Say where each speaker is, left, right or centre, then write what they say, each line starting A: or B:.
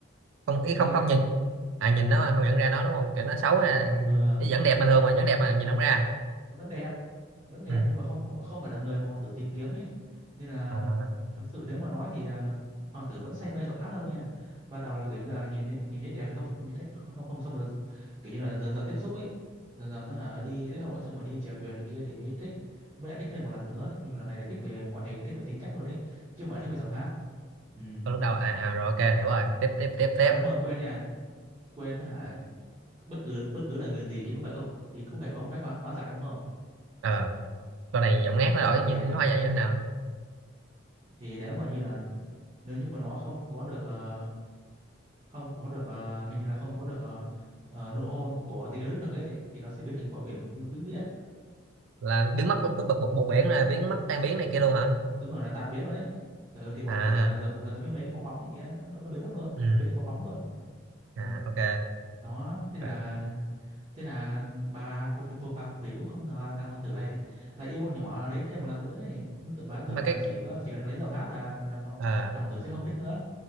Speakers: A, on the right; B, on the right.
A: không
B: không
A: ý
B: có nhận
A: không
B: ra
A: không
B: ấy.
A: nhìn à nhìn nó không nhận ra nó đúng không kiểu nó xấu à
B: ờ,
A: nó vẫn đẹp bình thường mà vẫn đẹp mà nhìn không ra
B: nó vẫn đẹp nó vẫn đẹp
A: ừ
B: nhưng mà không không phải là người mà hoàng tử tìm kiếm ấy nên là
A: à,
B: thật sự nếu mà nói thì à, hoàng tử vẫn say mê giọng hát hơn nha ban đầu là kiểu như là nhìn nhìn thấy đẹp thì không nhìn thấy không không, không xong mà dần- kiểu như là dần dần tiếp xúc ấy dần dần nó hả đi lễ hội xong rồi đi chèo thuyền này kia thì mới thích mới lại thích thêm một lần nữa nhưng mà lần này là thích về ngoại hình thích về tính cách luôn ấy chứ không phải thích về giọng hát ừ.
A: thôi lúc đầu à, à rồi ok hiểu rồi tiếp tiếp tiếp tiếp
B: à đúng rồi quên nha quên hả bất cứ bất cứ lời nguyền gì thì cũng phải có thì cũng phải có một cách hóa, hóa giải đúng không
A: ờ con này giọng ngát nó
B: thì
A: đổi
B: đó
A: như
B: thì
A: nó hay vậy như thế nào
B: thì nếu mà như là nếu như mà nó không có được ờ, không có được ờ, hình như là không có được ờ, ờ, nụ hôn của tí Eric được ấy thì nó sẽ biến thành bọt biển vĩnh viễn
A: là biến mất của bực bực bột biển là biến mất tan biến này kia luôn hả
B: đúng rồi là tan biến luôn đấy ừ, thì bọt
A: à
B: biển là, giống- là giống như mấy cái bong bóng này kia nó, nó biến mất luôn
A: ừ
B: biến thành bong bóng luôn
A: à
B: ừ.
A: ok
B: đó thế là
A: Rồi.
B: thế là bà phù thủy phù- bà phù thủy cũng không ngờ là thằng hoàng tử lại lại yêu con nhỏ đấy thêm một lần nữa ấy. nó tự bà tưởng
A: mà
B: là
A: cái
B: chỉ có chỉ cần lấy giọng hát là là nó,
A: à,
B: thằng hoàng tử sẽ không thích nữa